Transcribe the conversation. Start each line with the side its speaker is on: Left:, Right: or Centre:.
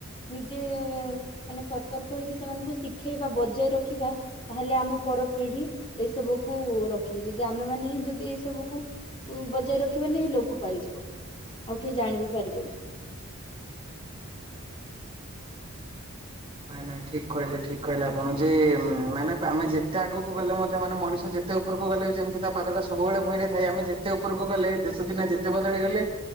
Left: ନିଜେ ମାନେ ସତର୍କ ହେଇକି ସେମାନଙ୍କୁ ଶିଖେଇବା ବଜାଇ ରଖିବା। ତାହେଲେ ଆମ ପରପିଢି ଏସବୁକୁ ରଖିବେ ଯଦି ଆମେ ମାନେ ହି ଯଦି ଏଇ ସବୁକୁ ବଜାୟ ରଖିବାନି ଲୋପ ପାଇଯିବ ଆଉ କେହି ଜାଣିବି ପାରିବେନି।
Right: ନାଇଁ ନାଇଁ ଠିକ୍ କହିଲେ ଠିକ୍ କହିଲେ ଆପଣ ଯେ ମାନେ ଆମେ ଯେତେ ଆଗକୁ ଗଲେ ମଧ୍ୟ ମାନେ ମଣିଷ ଯେ ଯେତେ ଉପରକୁ ଗଲେ ବି ଯେମିତି ତା ପାଦଟା ସବୁବେଳେ ଭୂଇଁରେ ଥାଏ ଆମ ଯେତେ ଉପରକୁ ଗଲେ ଦେଶ ଦୁନିଆ ଯେତେ ବଦଳି ଗଲେ